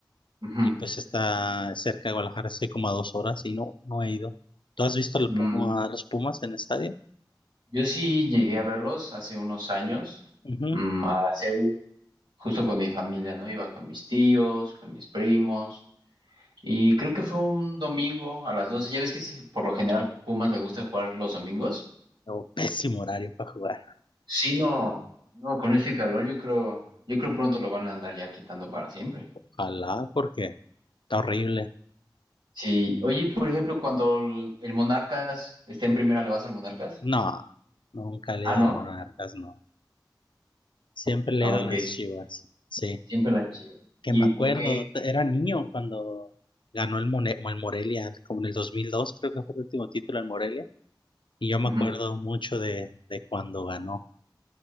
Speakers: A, on the right; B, on the left.
A: Ujú.
B: y pues está cerca de Guadalajara, estoy como a dos horas y no, no he ido. ¿Tú has visto el
A: Mm,
B: Puma- los Pumas en el estadio?
A: yo sí llegué a verlos hace unos años,
B: Ujú.
A: mm, a la CU, justo con mi familia, ¿no? Iba con mis tíos, con mis primos, y creo que fue un domingo a las 12. Ya ves que sí, por lo general Pumas le gusta jugar los domingos.
B: Oh, pésimo horario para jugar.
A: Sí, no, no, con este calor yo creo, yo creo pronto lo van a andar ya quitando para siempre.
B: Ojalá, porque está horrible.
A: Sí, oye, por ejemplo, cuando el, el Monarcas esté en primera, ¿le vas al Monarcas?
B: No, nunca le
A: Ah,
B: he ido
A: ¿no?
B: al Monarcas, no. Siempre le
A: Ah,
B: he ido
A: ok,
B: a las Chivas. Sí,
A: siempre las Chivas.
B: que
A: ¿Y
B: me acuerdo,
A: por qué?
B: t- era niño cuando ganó el, Mone- el Morelia, como en el 2002, creo que fue el último título en Morelia. Y yo me
A: Ujú.
B: acuerdo mucho de, de cuando ganó.